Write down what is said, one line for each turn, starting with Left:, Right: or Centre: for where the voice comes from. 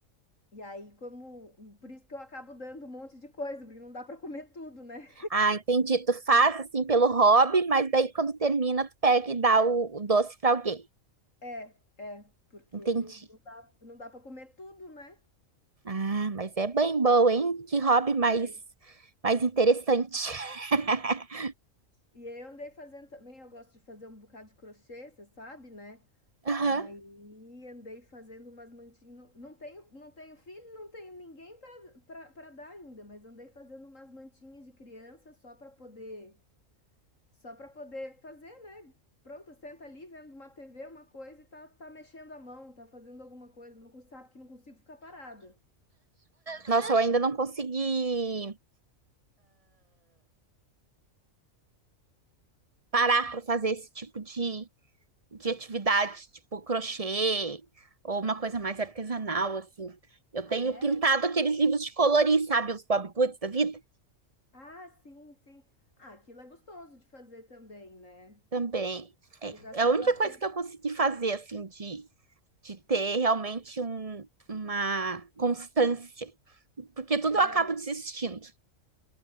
Left: E aí, como. Por isso que eu acabo dando um monte de coisa, porque não dá pra comer tudo, né?
Right: Ah, entendi. Tu faz assim pelo hobby, mas daí quando termina, tu pega e dá o, o doce para alguém.
Left: É, é, porque
Right: Entendi.
Left: não dá, não dá para comer tudo, né?
Right: Ah, mas é bem bom, hein? Que hobby mais,
Left: Aí-
Right: mais interessante. <laughs>
Left: E aí eu andei fazendo também, eu gosto de fazer um bocado de crochê, você sabe, né?
Right: Aham.
Left: Aí andei fazendo umas mantinhas, não não tenho não tenho filho, não tenho ninguém para pra pra dar ainda, mas andei fazendo umas mantinhas de criança só para poder só para poder fazer, né, pronto, senta ali vendo uma TV, uma coisa e tá tá mexendo a mão, tá fazendo alguma coisa, mas não con- sabe que não consigo ficar parada.
Right: Nossa, eu ainda não consegui parar para fazer esse tipo de, de atividade, tipo crochê ou uma coisa mais artesanal, assim. Eu
Left: Aí
Right: tenho
Left: é?
Right: pintado aqueles livros de colorir, sabe? Os Bob Goods da vida.
Left: Ah, sim, sim. Ah, aquilo é gostoso de fazer também, né.
Right: Também. É,
Left: Eu já
Right: é
Left: fiz
Right: a única
Left: bastante.
Right: coisa que eu consegui fazer, assim, de, de ter realmente um- uma constância. Porque tudo
Left: é.
Right: eu acabo desistindo.